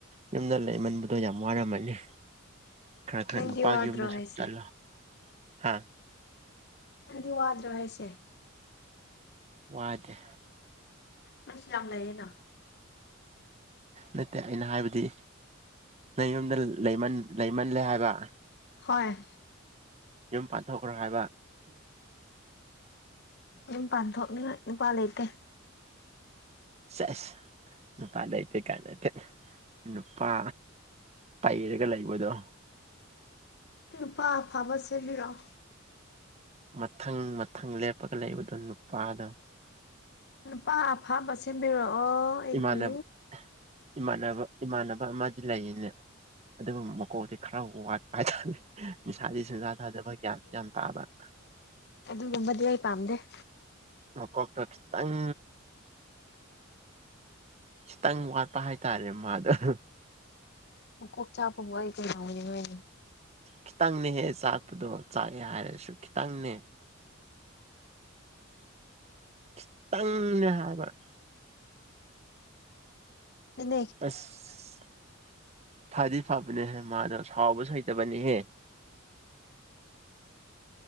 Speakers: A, on the right; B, on the left.
A: ꯌꯨꯝꯗ ꯂꯩꯃꯟꯕꯗꯣ ꯌꯥꯝ ꯋꯥꯔꯝꯃꯅꯤ ꯈꯔ ꯈꯔ
B: ꯅꯪꯗꯤ
A: ꯅꯨꯄꯥꯒꯤ
B: ꯋꯥꯗ꯭ꯔꯣ
A: ꯌꯨꯝꯗꯁꯨ
B: ꯍꯥꯏꯁꯦ
A: ꯆꯠꯂꯣ ꯍꯥ
B: ꯅꯪꯗꯤ ꯋꯥꯗ꯭ꯔꯣ ꯍꯥꯏꯁꯦ
A: ꯋꯥꯗꯦ
B: ꯅꯣꯏꯁꯨ ꯌꯥꯝ ꯂꯩꯌꯦꯅ
A: ꯅꯠꯇꯦ ꯑꯩꯅ ꯍꯥꯏꯕꯗꯤ ꯅꯪ ꯌꯨꯝꯗ ꯂꯩꯃꯟ ꯂꯩꯃꯜꯂꯦ ꯍꯥꯏꯕ
B: ꯍꯣꯏ
A: ꯌꯨꯝ ꯄꯥꯟꯊꯣꯛꯈ꯭ꯔꯣ ꯍꯥꯏꯕ
B: ꯌꯨꯃ ꯄꯥꯟꯊꯣꯛꯅꯤꯡꯉꯥꯏ ꯅꯨꯄꯥ ꯂꯩꯇꯦ
A: ꯁꯁ ꯅꯨꯄꯥ ꯂꯩꯇꯦ ꯀꯥꯅ ꯇꯨꯠ ꯅꯨꯄꯥ ꯄꯩꯔꯒ ꯂꯩꯕꯗꯣ
B: ꯅꯨꯄꯥ ꯑꯐꯕ ꯁꯦꯝꯕꯤꯔꯛꯑꯣ
A: ꯃꯊꯪ ꯃꯊꯪ ꯂꯦꯞꯄꯒ ꯂꯩꯕꯗꯣ ꯅꯨꯄꯥꯅ
B: ꯅꯨꯨꯄꯥ ꯑꯐꯕ ꯁꯦꯝꯕꯤꯔꯛꯑꯣ ꯑꯩꯒꯤ
A: ꯏꯃꯥꯟꯅꯕ ꯏꯃꯥꯟꯅꯕ ꯏꯃꯥꯟꯅꯕ ꯑꯃꯗꯤ ꯂꯩꯌꯦꯅꯦ ꯫ ꯑꯗꯨꯕꯨ ꯃꯀꯣꯛꯇꯤ ꯈꯔ ꯋꯥꯠꯄ ꯍꯥꯏꯇꯥꯔ‌ꯦ ꯅꯤꯁꯥꯗꯤ ꯁꯨꯡꯖꯥ ꯆꯥꯗꯕ ꯒ꯭ꯌꯥꯟꯗꯤ ꯌꯥꯝ ꯇꯥꯕ ꯫
B: ꯑꯗꯨꯒꯨꯝꯕꯗꯤ ꯑꯩ ꯄꯥꯝꯗꯦ ꯫
A: ꯃꯀꯣꯛꯇ‌ꯣ ꯈꯤꯇꯪ ꯈꯤꯇꯪ ꯋꯥꯠꯄ ꯍꯥꯏꯇꯔꯦ ꯃꯥꯗꯣ ꯫
B: ꯃꯀꯣꯛ ꯆꯥꯛꯄꯕꯨ ꯑꯩ ꯀꯅꯥ ꯑꯣꯏꯅꯤꯡꯉꯥꯏꯅꯣ
A: ꯈꯤꯇꯪꯅꯦꯍꯦ ꯆꯥꯛꯄꯗꯣ ꯆꯥꯛꯑꯦ ꯍꯥꯏꯔꯁꯨ ꯈꯤꯇꯪꯅꯦ ꯫ ꯈꯤꯇꯪꯅꯦ ꯍꯥꯏꯕ ꯫
B: ꯑꯗꯨꯅꯦ
A: ꯑꯁ ꯐꯗꯤ ꯐꯕꯅꯦꯍꯦ ꯃꯥꯗꯣ ꯁꯥꯎꯕꯁꯨ ꯍꯩꯇꯕꯅꯤꯍꯦ ꯫